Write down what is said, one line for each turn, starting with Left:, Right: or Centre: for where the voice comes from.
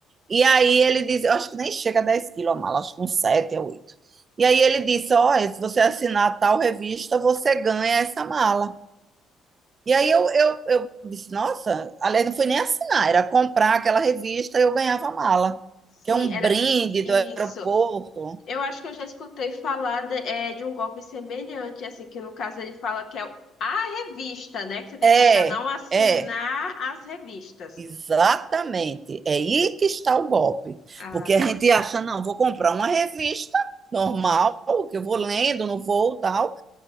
Right: E aí ele disse, eu acho que nem chega a 10 quilos a mala, acho que uns 7 a 8. E aí ele disse, olha, se você assinar tal revista, você ganha essa mala. E aí eu, eu, eu disse, nossa, aliás, não foi nem assinar, era comprar aquela revista e eu ganhava a mala,
Left: Sim,
Right: que é um
Left: era
Right: brinde
Left: isso.
Right: do aeroporto.
Left: Eu acho que eu já escutei falar de, é, de um golpe semelhante, assim, que no caso ele fala que é o- a revista, né? Que você tem
Right: É,
Left: que comprar, não assinar
Right: é,
Left: as revistas.
Right: exatamente. É aí que está o golpe.
Left: Ah,
Right: Porque a gente acha, não, vou comprar uma revista normal, que eu vou lendo no voo e tal,